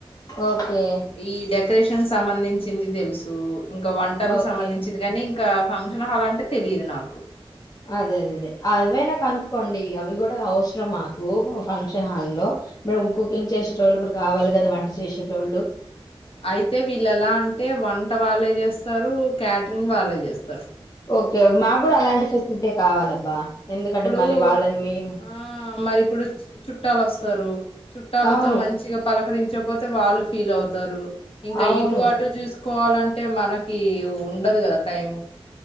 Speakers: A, on the left; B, on the left.
A: ఓకే
B: ఈ డెకరేషన్ సమ అందించింది తెలుసు ఇంకా వంటలకు
A: ఓకే
B: సంబంధించింది కాని ఇంకా ఫంక్షన్ హల్ అంటే తెలిదు నాకు
A: అదే అదే అదే అవైనా కనుక్కోండి అవి కూడా అవసరం మాకు ఫంక్షన్ హాల్లో కుకింగ్ చేసేట వాళ్ళు ఇప్పుడు కావాలి కదా వంట చేసెటోళ్లు
B: అయితే వీళ్ళలా అంటే వన్ పంట వాళ్ళే చేస్తారు క్యాటరింగ్ వాళ్ళే చేస్తారు
A: ఓకే మాకు కూడా అలాంటి ఫెసిలిటీ కావాలబ్బా ఎందుకంటే
B: ఇప్పుడు
A: మళ్ళీ వాళ్ళని మేము
B: ఆ మరి ఇప్పుడు చుట్టాలు వస్తారు చుట్టాలతో
A: అవును
B: మంచిగా పలకరించి చకపోతే వాళ్ళు ఫీల్ అవుతారు ఇంకా
A: అవును
B: ఇటు అటు చూసు కోలంట్ అంటే మనకి ఉండదు కదా టైం